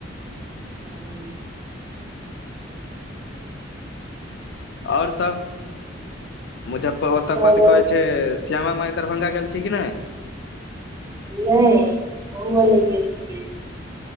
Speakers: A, on the right; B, on the left.
A: <unintelligible>
B: और सब <inaudible> मुजफ्फर ओ तऽ
A: सब
B: कथी कहै छै श्यामा माई दरभंगा गेल छी कि नै
A: नहि ओमे नहि गेल छियै